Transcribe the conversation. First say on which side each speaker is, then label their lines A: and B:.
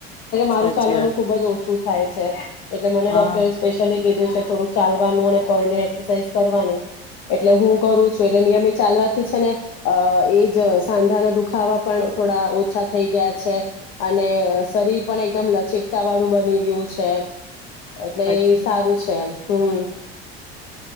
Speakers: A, on the left; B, on the left.
A: મારું
B: સાચી
A: ચાલવાનું
B: વાત
A: ખૂબ જ ઓછું થાય છે એટલે મને
B: હા
A: ડોક્ટરે સ્પેશ્યલી કીધું છે થોડુંક ચાલવાનું અને પગની એક્સસાઈઝ કરવાની એટલે હું કરું છું એટલે નિયમિત ચાલવાથી છે ને અ એજ સાંધાના દુખાવા પણ થોડા ઓ ઓછા થઈ ગયા છે. અને શરીર પણ એકદમ લચિકતાવાળું બની ગિયું છે. એટલે
B: સાચી
A: એ
B: વાત
A: સારું છે એમ હમ